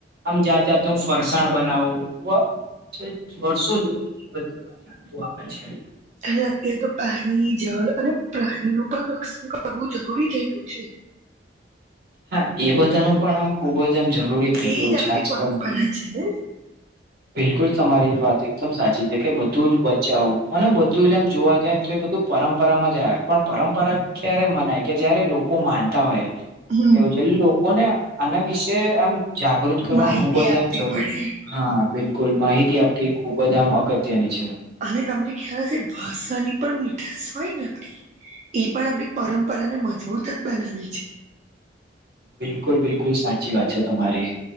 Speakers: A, on the right; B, on the right.
A: આમ જાત - જાત નું ફરસાણ બનાવું. જે વર્ષો <unintelligible> બધું તો ચ્લતું આવે છે
B: અને અત્ય્યારે તો પાણી, જળ અને પ્રાણી નું પણ રક્ષણ કરવું જરૂરી થઈ ગયું છે.
A: હા એ બધાનું પણ આમ ખુબ જ આમ જરૂરી થઈ ગયું
B: એજ
A: છે
B: આપડી
A: આજકાલ
B: પરંપરા છે ને?
A: બિલકુલ તમારી વાત એકદમ સાચી છે, કે બધું જ બચાવું અને બધું જ આમ જોવા જાય તો એ તુ પરંપરામાં જ આવે પણ પરંપરા ક્યારે મનાય કે જય્યારે લોકો માનતા હોય.
B: હમ
A: એવું છે, એટલે લોકોને આના વિશે આમ જાગૃત કરવા
B: માહિતી
A: ખુબ જ
B: આપવી
A: આમ જરૂરી.
B: પડે
A: હા બિલકુલ. માહિતી આપવી ખુબ જ આમ અગત્યની છે.
B: અને તમને ખ્યાલ હશે ભાષની પણ મીઠાશ હોય ને આપડી એ પણ આપણી પરંપરાને મજબૂત જ બનાવે છે.
A: બિલકુલ બિલકુલ સાચી વાત છે તમારી.